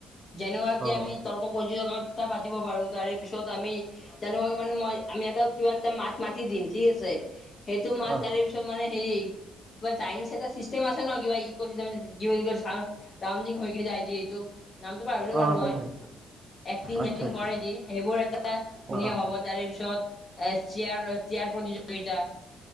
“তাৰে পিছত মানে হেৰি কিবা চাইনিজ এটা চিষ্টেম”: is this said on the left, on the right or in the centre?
Left